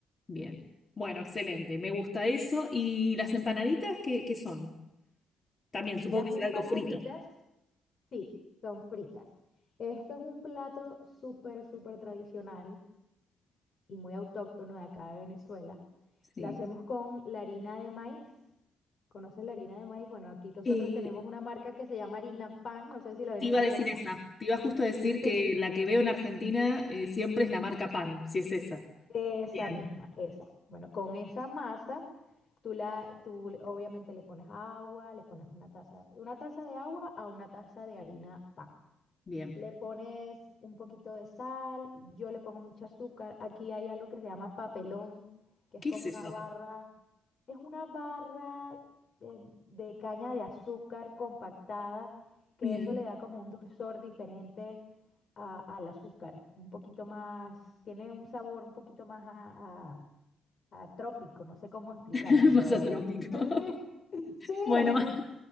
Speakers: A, on the left; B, on the left.
A: Bien. Bueno, excelente. Me gusta eso. ¿Y las empanaditas qué, qué son? También supongo
B: Las
A: que será
B: empanaditas,
A: algo frito.
B: sí, son fritas. Esto es un plato súper, súper tradicional y muy autóctono de acá de Venezuela.
A: Sí.
B: Lo hacemos con la harina de maíz. ¿Conoces la harina de maíz? Bueno, aquí nosotros
A: Eh,
B: tenemos una marca que se llama Harina Pan, no sé si la venden
A: te iba
B: allá,
A: a decir esa. Te iba justo a decir
B: Sí.
A: que la que veo en Argentina eh, siempre es la marca Pan, si es esa.
B: Esa
A: Bien,
B: misma, esa. Bueno, con esa masa, tú la, tú le- obviamente le pones agua, le pones una taza, una taza de agua a una taza de harina pan.
A: bien.
B: Le pones un poquito de sal, yo le pongo mucho azúcar. Aquí hay algo que se llama papelón, que
A: ¿Qué
B: es como
A: es eso?
B: una barra, es una barra eh, de caña de azúcar compactada, que
A: Bien.
B: eso le da como un dulzor diferente a- al azúcar, un poquito más, tiene un sabor un poquito más a, a- a trópico, no sé cómo explicártelo
A: <laughs> Masa
B: de verdad.
A: trópico.
B: <laughs>
A: <laughs>
B: Sí, sí,
A: Bueno,
B: así,
A: más-